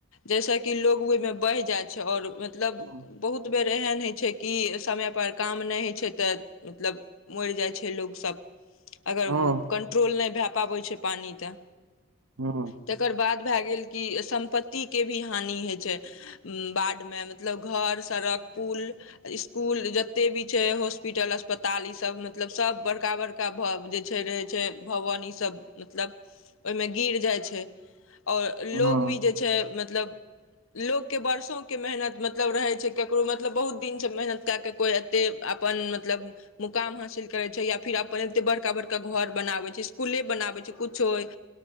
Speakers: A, on the left; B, on the right.
A: जैस कि लोग ओहि में बहि जाइ छै आओर मतलब
B: हूँ
A: बहुत बेर एहन हइ छै छै कि समय पर काम नय होइ छै तऽ मतलब मइर जाइ छै लोकसब अगर
B: हूँ
A: कंट्रोल नय भए पाबै छै पानि तऽ
B: हँ
A: तेकर बाद भए गेल कि सम्पत्तिके भी हानि होइ छै बाढ़ में मतलब घर सड़क पुल स्कुल जते भी छै हॉस्पिटल अस्पताल ईसब मतलब सभ बड़का बड़का हका भाव जे छै रहै छै भवन ईसब मतलब ओइमे गिर जाइ छै आओर
B: हूँ
A: लोग भी जे छै मतलब लोकके बरसों के मेहनत मतलब रहै छै केकरो मतलब बहुत दिनसँ मेहनत कए कऽ कोइ तऽ अपन मतलब मुकाम हासिल करैत छै या फेर अपन एतेक बड़का बड़का घर बनाबैत छै स्कूलले बनाबैत छै किछोइ